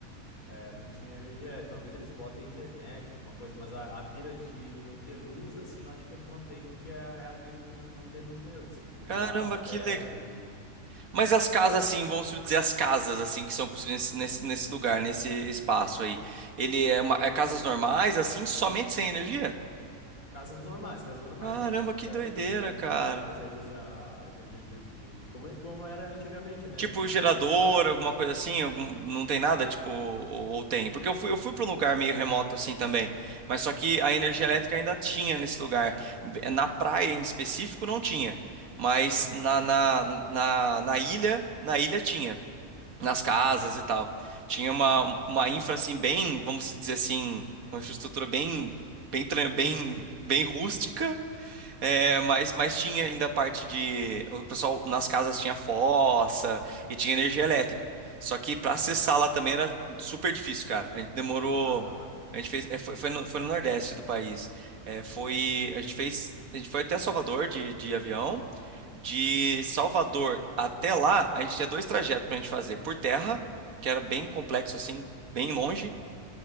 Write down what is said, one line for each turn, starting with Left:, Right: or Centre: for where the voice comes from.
Left: eh, não tinha energia elétrica. Talvez eles botem internet, alguma coisa, mas a, a pira de não ter luz, assim, eu acho que eles mantêm, porque é, é a pira de não, não ter luz mesmo. Tipo,
Right: Caramba,
Left: usar a vela
Right: que legal.
Left: e.
Right: Mas as casas,
Left: é,
Right: assim, vamos dizer, as casas, assim, que são construídas nesse, nesse lugar, nesse espaço aí, ele é, uma- é casas normais, assim, somente sem energia?
Left: Casas normais, casas normais.
Right: Caramba,
Left: É, tipo,
Right: que
Left: daí,
Right: doideira, cara.
Left: casas normais, aí usa energia de, de- como, como era antigamente, né?
Right: Tipo,
Left: Tipo,
Right: gerador,
Left: pra fora.
Right: alguma coisa assim, algum- não tem
Left: É,
Right: nada, tipo, ou, ou tem? Porque eu fui, eu fui para um lugar meio remoto, assim, também, mas só que a energia
Left: é.
Right: elétrica ainda tinha nesse lugar. B- Na praia, em específico, não tinha, mas
Left: Aham,
Right: na, na, na, na ilha, na ilha tinha. nas casas
Left: aham.
Right: e tal. Tinha uma, uma infra assim bem, vamos dizer assim, uma infraestrutura bem bem tran- bem
Left: Acústica. <laughs>
Right: bem rústica, é, mas mas tinha ainda a parte de o pessoal nas casas tinha fossa e tinha energia elétrica. Só que para
Left: Aham,
Right: acessar lá também era super difícil, cara. A gente demorou,
Left: aham,
Right: a gente fez, é, foi, foi no, foi no Nordeste do país. É, foi, a gente fez, a gente foi até Salvador de, de avião. De Salvador até lá, a gente tinha dois trajetos para a gente fazer. Por terra, que era bem complexo assim, bem longe